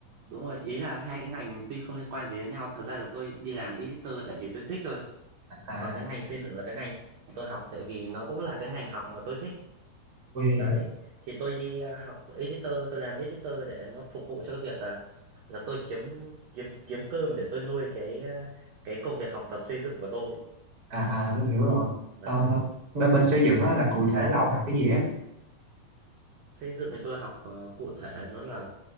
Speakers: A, on the right; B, on the right.
A: Đúng rồi. Ý là hai cái ngành tuy không liên quan gì đến nhau. Thật ra là tôi đi làm editor tại vì tôi thích thôi.
B: À,
A: Còn cái ngành xây dựng là cái ngành tôi học tại vì nó cũng là cái ngành học mà tôi thích.
B: ui,
A: đấy thì tôi đi à, học editor tôi làm editor để nó phục vụ cho cái việc là là tôi kiếm kiếm kiếm cơm để tôi nuôi cái à, cái công việc học tập xây dựng của tôi
B: à, à, tôi hiểu rồi.
A: đấy
B: Ờ, bên, bên xây dựng á là cụ thể là ông học cái gì á?
A: xây dựng thì tôi học ờ, cụ thể nó là